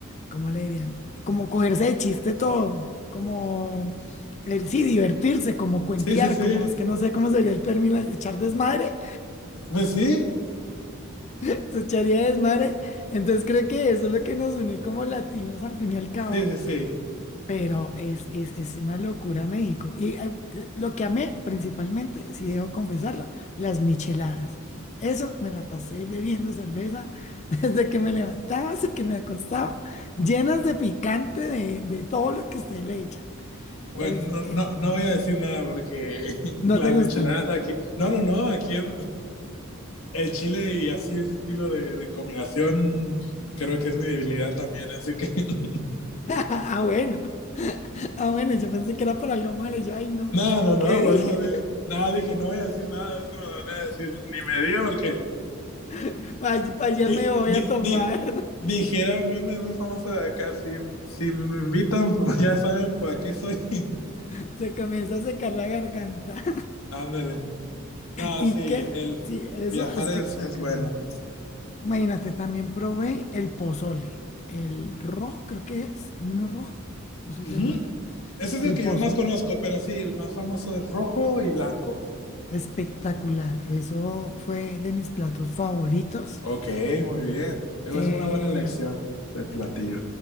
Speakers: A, on the left; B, on the left.
A: ¿cómo le dirían? Como cogerse de chiste todo, como el sí, divertirse, como cuentear,
B: Sí, sí, sí.
A: como es que no sé cómo sería el término, echar desmadre,
B: Pues sí.
A: <laughs> se echaría desmadre. Entonces creo que eso es lo que nos une como latinos al fin y al cabo
B: Sí, sí, sí.
A: Pero es, es, es una locura México. Y eh, lo que amé principalmente, si debo confesarlo, las micheladas. Eso me la pasé bebiendo cerveza <laughs> desde que me levantaba hasta que me acostaba, llenas de picante de, de todo lo que usted le echa.
B: Bueno,
A: Entonces,
B: no,
A: eh,
B: no, no voy a decir nada porque <laughs>
A: no
B: las
A: te gustan.
B: micheladas aquí...
A: <laughs>
B: No, no, no, aquí es... El chile y así ese estilo de, de combinación creo que es mi debilidad también, así que <laughs>
A: Ah, bueno. Ah, bueno, yo pensé que era por algo malo. Y yo, ay, no.
B: no, no, no,
A: ¿Qué dije?
B: por eso di- nada, dije, no voy a decir nada, es que me lo van a decir, ni me diga porque
A: <laughs> Para allá
B: sí,
A: me voy
B: di-
A: a tomar.
B: di- dijera un meme muy famoso de acá, si, si me invitan, <laughs> ya saben para qué soy. <laughs>
A: <laughs> Se comienza a secar la garganta.
B: Ándale. No,
A: Y
B: sí, el
A: que, sí, eso
B: viajar
A: es espectacular.
B: es, es bueno.
A: Imagínate, también probé el pozole, el rojo, creo que es, uno rojo, no estoy
B: Ujú.
A: segura.
B: Ese es
A: El
B: el que
A: pozole,
B: yo más conozco, pero sí, el más famoso es rojo y blanco.
A: espectacular. Eso fue de mis platos favoritos.
B: Ok, muy bien. Es
A: Eh,
B: una buena elección de platillo.